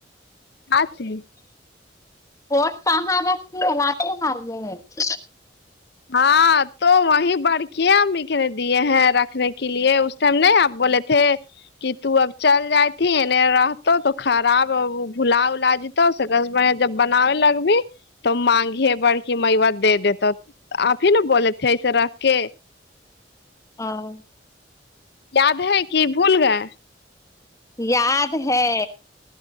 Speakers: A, on the left; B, on the left.
A: آچی
B: <unintelligible>
A: ہاں تو وہی بڑکیاں امی کا نے دیے ہیں رکھنے کے لیے اس ٹائم نہیں آپ بولے تھ تھے کی تو اب چل جاتھی ہے نہیں رہ تو خراب بھلا ولاج جب بناوے لگ بھی تو مانگی ہے بڑ کی میوت دے دے تو <unintelligible> آپ ہی نا بولے تھے ایسے رکھ کے
B: ہاں
A: یاد ہے کی بھول گئے
B: یاد ہے